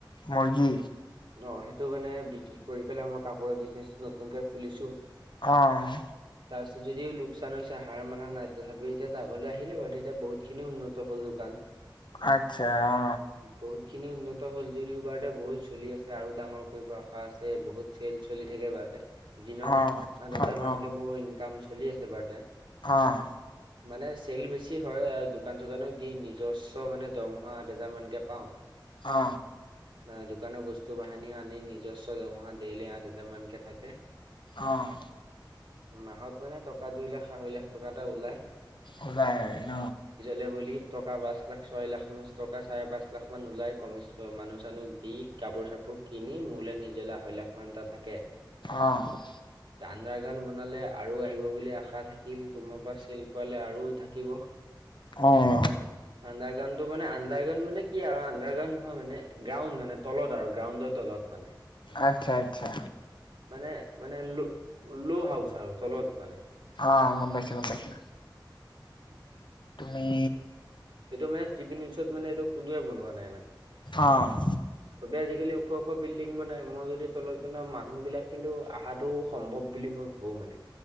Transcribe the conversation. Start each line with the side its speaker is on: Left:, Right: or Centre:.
Left: মূৰ্গী?
Right: অ সেইটো কাৰণে বিক্ৰী কৰি পেলাই মই কাপোৰৰ বিজনেচটো নতুনকে খুলিছো।
Left: অ'।
Right: তাৰপিছত যদিও লোকচান হৈছে, এতিয়া হাৰ মানা নাই তথাপিও যে লাভলৈ আহিলে বাৰু এতিয়া বহুতখিনি উন্নত হ'ল দোকান।
Left: আছা অ,
Right: বহুত খিনি উন্নত হ'ল, যদিও বাৰতা বহুত চলি আছে আৰু ডাঙৰ কৰিব আশা আছে বহুত। চেল চলি থাকে এবাৰতে দিনত
Left: অ',
Right: আঠ হেজাৰ
Left: অ',
Right: মানকে
Left: অ',
Right: মোৰ ইনকাম চলি আছে এবাৰতে।
Left: অহ
Right: মানে চেল বেছি হয় আৰু দোকান চোকানক দি নিজস্ব মানে দৰমহা আঠ হোজাৰ মানকে পাওঁ।
Left: অ
Right: আ দোকানৰ বস্তু বাহিনি আনি নিজস্ব দৰমহা ডেইলি আঠ হাজাৰ মানকে থাকে।
Left: অঁ'।
Right: মাহত মানে টকা দুই লাখ আঢ়ৈ লাখ টকা এটা ওলাই।
Left: ওলাই ন?
Right: লে বুলি টকা পাঁচ লাখ ছয় লাখ মান টকা চাৰে পাঁচ লাখ মান ওলাই কমি মানুহ চানুক দি। কাপোৰ চাপোৰ কিনি মোলৈ নিজলৈ আঢ়ৈ লাখ মান এটা থাকে।
Left: অ'।
Right: আন্দ্দাৰ গান বনালে আৰু আহিব বুলি আশা থাকিল তোমাৰ পৰা চেল কৰালে আৰু থাক থাকিব,
Left: অ অ
Right: আণ্ডাৰগ্ৰাণ্ডটো মানে আণ্ডাৰগ্ৰাণ মানে কি আৰু আণ্ডাৰগ্ৰাণ্ড নহয় মানে। গ্ৰাউণ্ড মানে তলত আৰু গ্ৰাউণ্ডৰ তলত মানে।
Left: আচ্ছা আচ্ছা
Right: মানে মানে লো লো হাউচ আৰু তলত মানে।
Left: অ অ গম পাইছো গম পাইছো।
Right: <inaudible>
Left: তুমি
Right: এইটো মানে তিপিনিউচত মানে এইটো কোনোৱে বনোৱা নাই মানে।
Left: অ',
Right: চবে আজিকালি ওখ ওখ বিল্ডিং বনাই মই যদি তলত বনাওঁ মানুহ বিলাক কিন্তু আহাটো স সম্ভৱ বুলি মই ভাবো মানে।